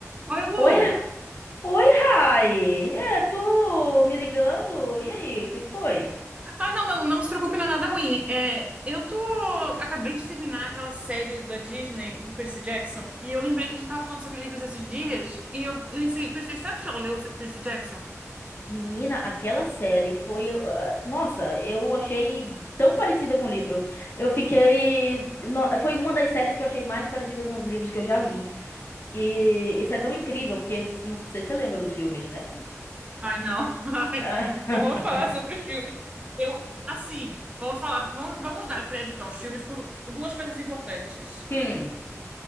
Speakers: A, on the right; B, on the left.
A: Oi, Lu.
B: Oi, Ra- oi, Rai. É, tu me ligando? E aí, o que que foi?
A: Ah, não, não, não se preocupe, não é nada ruim. É, eu tô. Acabei de terminar aquela série da Disney, do Percy Jackson, e eu lembrei que a gente tava falando sobre livros esses dias, e eu pensei, pensei, será que tu já leu Percy Jackson?
B: Menina, aquela série foi. ah, ah, nossa, eu achei tão parecida com o livro. Eu fiquei. no- foi uma das séries que eu achei mais parecida com os livros que eu já li. E isso é tão incrível, porque não sei se você lembra dos filmes, né?
A: Ai, não. <laughs> Ai,
B: <laughs>
A: não, não, não vamos falar sobre os filmes. Eu, assim, vamos falar, vamos, vamos dar crédito aos filmes por duas coisas importantes.
B: Hum,